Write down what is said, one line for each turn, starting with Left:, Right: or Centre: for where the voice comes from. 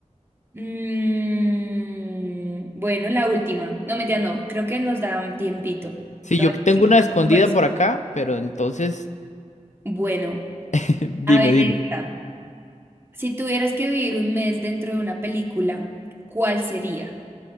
Right: Mm, bueno, la última. No, mentira, no. Creo que nos da un tiempito.
Left: Sí,
Right: Todavía
Left: yo tengo
Right: no
Left: una
Right: tenemos
Left: escondida
Right: almuerzo.
Left: por acá, pero entonces,
Right: Bueno,
Left: <laughs>
Right: a
Left: dime,
Right: ver
Left: dime.
Right: esta. Si tuvieras que vivir un mes dentro de una película, ¿cuál sería?